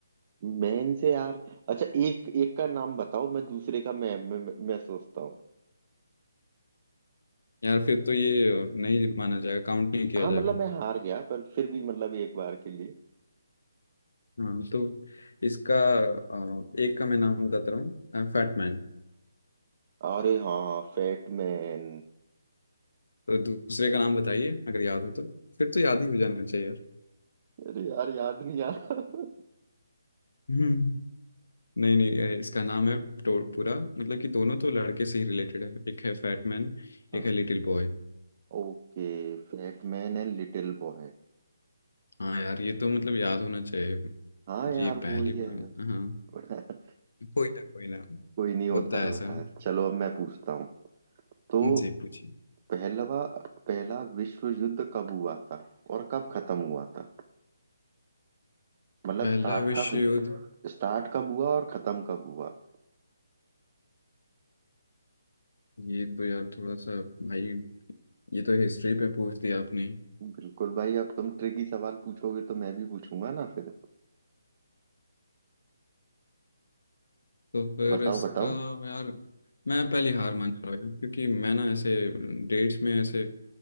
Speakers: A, on the right (about 35°); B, on the left (about 65°).
A: मैन से यार अच्छा एक एक का नाम बताओ मैं दूसरे का मैं मैं, मैं सोचता हूँ
B: यार फिर तो ये नहीं माना जाएगा काउंट नहीं किया
A: हाँ
B: जाएगा
A: मतलब मैं हार गया पर फिर भी मतलब एक बार के लिए
B: हाँ तो इसका अ, एक का मैं नाम बताता रहा हूँ फैटमैन
A: अरे हाँ फैटमैन
B: तो दूसरे का नाम बताइए अगर याद हो तो फिर तो याद ही हो जाना चाहिए यार
A: अरे यार याद नहीं आ रहा
B: हम्म नहीं नहीं ये इसका नाम है टो- पूरा मतलब कि दोनों तो लड़के से ही रिलेटेड है एक है फैटमैन
A: हाँ
B: एक है लिटिल बॉय
A: Okay Fat Man and little boy
B: हाँ यार ये तो मतलब याद होना चाहिए
A: हाँ यार
B: ये पहली
A: वो ही है
B: बार हाँ
A: <laughs>
B: कोई ना कोई ना
A: कोई नहीं होता
B: होता है
A: है
B: ऐसा
A: होता है चलो अब मैं पूछता हूँ तो
B: जी पूछिए
A: पहलवा पहला विश्व युद्ध कब हुआ था और कब खत्म हुआ था मतलब
B: पहला
A: स्टार्ट
B: विश्व
A: कब
B: युद्ध
A: स्टार्ट कब हुआ और खत्म कब हुआ
B: ये तो यार थोड़ा सा भाई ये तो हिस्ट्री पे पूछ दिया आपने
A: बिल्कुल भाई अब तुम ट्रिकी सवाल पूछोगे तो मैं भी पूछूंगा ना फिर
B: तो फिर
A: बताओ
B: इसका
A: बताओ
B: यार मैं पहली हार मान जा रहा हूँ क्योंकि मैं ना ऐसे डेट्स में ऐसे